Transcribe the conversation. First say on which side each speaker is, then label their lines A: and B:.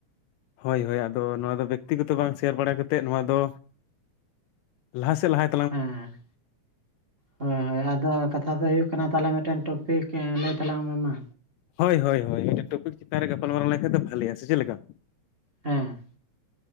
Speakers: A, on the left; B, on the right.
A: ᱦᱳᱭ ᱦᱳᱭ ᱟᱫᱚ ᱱᱚᱣᱟ ᱫᱚ ᱵᱮᱠᱛᱤᱜᱚᱛᱚ ᱵᱟᱝ ᱥᱮᱭᱟᱨ ᱵᱟᱲᱟ ᱠᱟᱛᱮᱫ ᱱᱚᱣᱟ ᱫᱚ ᱞᱟᱦᱟ ᱥᱮᱫ ᱞᱟᱦᱟ
B: ᱦᱮᱸᱻ ᱦᱳᱭ ᱦᱳᱭ ᱟᱫᱚ ᱠᱟᱛᱷᱟ ᱫᱚ ᱦᱩᱭᱩᱜ ᱠᱟᱱᱟ ᱛᱟᱦᱞᱮ ᱢᱤᱫᱴᱮᱱ ᱴᱚᱯᱤᱠ ᱞᱟᱹᱭ ᱛᱟᱞᱟᱝ ᱢᱮ ᱢᱟ
A: ᱦᱳᱭ ᱦᱳᱭ ᱦᱳᱭ ᱢᱤᱫᱴᱮᱱ ᱴᱚᱯᱤᱠ ᱪᱮᱛᱟᱱ ᱨᱮ ᱜᱟᱯᱟᱞᱢᱟᱨᱟᱣ ᱞᱮᱱᱠᱷᱟᱡ ᱫᱚ ᱵᱷᱟᱹᱞᱤᱭᱟ ᱥᱮ ᱪᱮᱫ ᱞᱮᱠᱟ
B: ᱦᱮᱸ